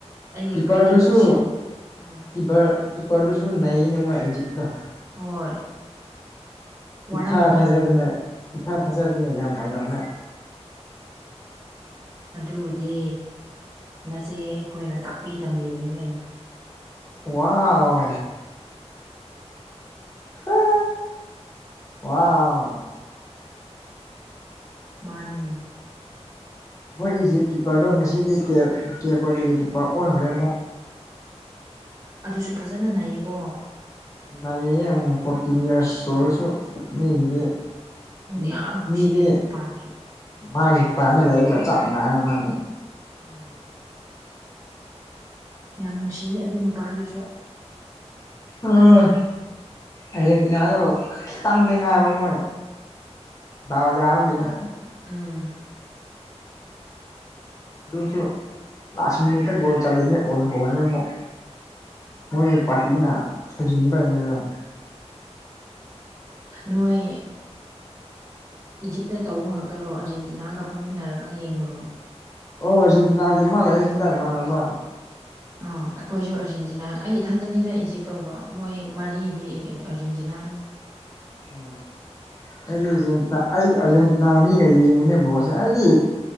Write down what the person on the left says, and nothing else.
ꯀꯤꯞꯄꯔꯗꯨꯁꯨ
ꯀꯤꯞꯞꯔ ꯀꯤꯞꯄꯔꯗꯨꯁꯨ ꯅꯩꯌꯦꯅꯦ ꯃꯣꯏ ꯏꯖꯤꯞ ꯇꯣ
ꯏꯊꯥ ꯊꯥꯖꯗꯅ ꯏꯊꯥ ꯊꯥꯖꯗꯅ ꯌꯥꯝ ꯍꯩꯔꯝꯃꯦ
ꯋꯥꯎ ꯑ ꯋꯥꯎ
ꯃꯣꯏ ꯏꯖꯤꯞ ꯀꯤꯞꯄꯔꯗꯣ ꯉꯁꯤꯗꯤ ꯀꯦ ꯀꯦ ꯕꯔꯗꯤ ꯒꯤ ꯀꯤꯞꯄꯔ ꯑꯣꯟꯈ꯭ꯔꯦ ꯑꯃꯨꯛ <inaudible>
ꯅꯩꯌꯦ ꯐꯣꯔꯇꯤ ꯏꯌꯔꯁ ꯁꯨꯔꯥ ꯁꯨ ꯃꯤꯒꯤꯗꯤ ꯃꯤ
ꯃꯤꯗꯤ
ꯃꯥꯒꯤ ꯄꯅ ꯂꯩꯕꯒ ꯆꯞ ꯃꯅꯦ ꯃꯥꯗꯤ
ꯎꯝ ꯑꯔꯖꯦꯟꯇꯤꯅꯗꯣ ꯈꯤꯇꯪꯗꯤ ꯉꯥꯏꯕ ꯃꯣꯏ ꯗꯥꯎ ꯌꯥꯕꯒꯤꯅꯦ
ꯗꯨꯁꯨ ꯂꯥꯁ ꯃꯤꯅꯤꯠꯇꯥ ꯒꯣꯜ ꯆꯜꯂꯤꯅꯤ ꯑꯣꯜꯒꯣꯟꯅꯦ ꯃꯨꯛ ꯃꯣꯏ ꯄꯥꯔꯇꯤꯅ ꯁꯨꯖꯤꯟꯕꯩꯅꯦꯔꯣ
ꯑꯣ ꯑꯥꯔꯖꯦꯟꯇꯤꯅꯒꯤ ꯑꯃ ꯂꯩꯌꯦ ꯁꯤꯗ ꯏꯃꯥꯟ ꯅꯕ
ꯑꯣ ꯑꯩꯗꯤ ꯑꯥꯔꯖꯦꯟꯇꯤꯅꯥ ꯑꯩꯗꯤ ꯑꯥꯔꯖꯦꯟꯇꯤꯅ ꯃꯤꯒꯥ ꯌꯦꯡꯉꯤꯅꯦ ꯕꯣꯜꯁꯦ ꯑꯩꯗꯤ